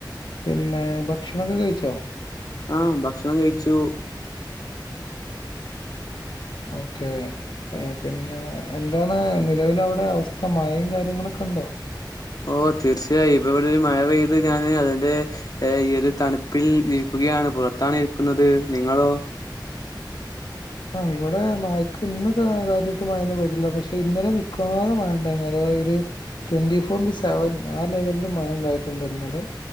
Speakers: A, on the left; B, on the left.
A: പിന്നെ ഭക്ഷണൊക്കെ കഴിച്ചോ
B: ആ ഭക്ഷണം കഴിച്ചു
A: ഓക്കെ പിന്നെ എന്താണ് നിലവിൽ അവിടെ അവസ്ഥ മഴയും കാര്യങ്ങളൊക്കെ ഒണ്ടോ
B: ഓ തീർച്ചയായും ഇപ്പ ഇവിടെ ഒരു മഴ പെയ്യുമ്പോ ഞാന് അതിന്റെ ഈ ഒരു തണുപ്പിൽ നിൽക്കു ഫ്രീ ആണ് പൊറത്താണ് ഇരിക്കുന്നത് നിങ്ങളോ
A: അ ഇവിടെ മയക്ക് ഇന്ന് കാര്യായിട്ട് മയൊന്നും പെയ്തില്ല പക്ഷെ ഇന്നലെ നിക്കാതെ മയണ്ടായ്ന്നു അത ഒരു ട്വന്റി ഫോർ ഇ സെവൻ ആ ലെവലിൽ മയ ണ്ടായിട്ട്ണ്ട് ഇന്നലെ